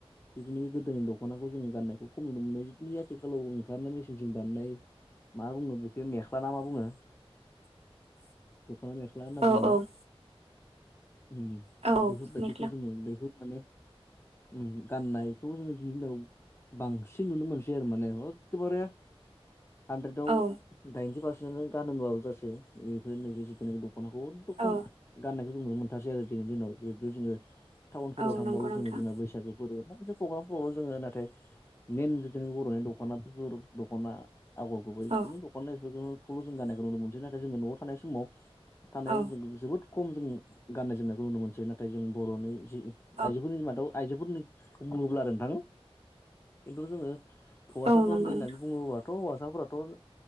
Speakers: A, on the left; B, on the right.
A: जिथुनोखि गोदोनि दख दख'नाखौ जोङो गाननायखौ खम नुनो मोननाय आथिखालाव ओंखारनाय मेसिनजोंं बानायनाय मा बुङो बेखौ मेख्ला ना मा बुङो?
B: <inaudible>
A: दख'ना मेख्ला होनना
B: औ
A: बुङोना
B: औ
A: उम
B: औ
A: बेफोर बायदिखौ
B: मेख्ला
A: जोङो बै माने उम गाननायखौ जोङो दिनैनि दिनाव बांसिन नुनो मोनसै आरो माने एखेबारे हानद्रेदाव
B: औ
A: दाइनजि पारसेन्टनो गानो होनबाबो जासै बेफोर नोंसोर जिथनाखि दं। दखनाखौ अदद'
B: औ
A: खम गाननायखौ जों नुनो मोनथारसै आरो दिनैनि दिनाव जिहेतु जोङो टाउनफोराव
B: औ
A: थांबाल'
B: नंगौ नोंथां
A: जोंङो जोंना बैसागो माखासे प्रग्रामफोरावल' जोङो नाथाय मेन जिथनाकि बर'नि दख'ना बेफोर दख'ना आगर गुबै जिखुनु
B: औ
A: दखना एफोरखौल' जों गानानायखौ नुनो मोनसै नाथाय जोङो न'आव थानाय समाव थानायाव
B: औ
A: जों जोबोद खम जों गाननाय जोमनायखौ नुनो मोनसै नाथाय जों बर'नि जि
B: औ
A: आइजोफोरनि मादाव आइजोफोरनि बुङोब्ला आरो नोंथां खिन्थु जोङो हौवासाफोरनि
B: औ नंगौ
A: होननानै
B: नोंथां
A: बुङोबाथ' हौवासा साफोराथ'